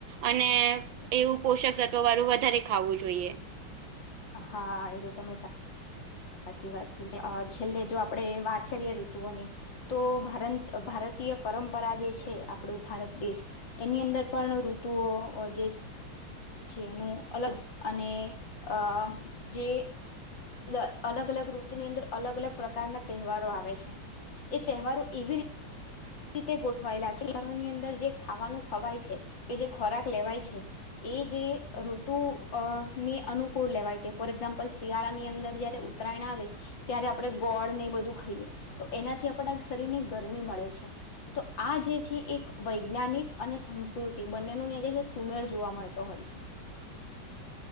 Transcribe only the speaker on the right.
અને એવું પોષક તત્વ વાળું, વધારે ખાવું જોઈએ.